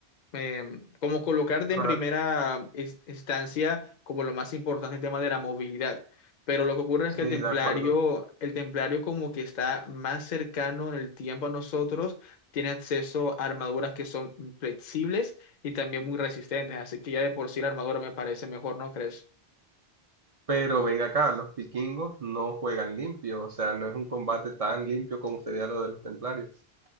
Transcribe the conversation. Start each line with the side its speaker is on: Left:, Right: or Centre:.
Left: eh, como colocarte
Right: Para-
Left: en primera ins- instancia como lo más importante el tema de la movilidad. Pero lo que ocurre
Right: Sí,
Left: es que el templario,
Right: de acuerdo.
Left: el templario como que está más cercano en el tiempo a nosotros, tiene acceso a armaduras que son flexibles y también muy resistentes. Así que ya de por sí la armadura me parece mejor, ¿no crees?
Right: Pero ven acá, los vikingos no juegan limpio, o sea, no es un combate tan limpio como sería lo de los templarios.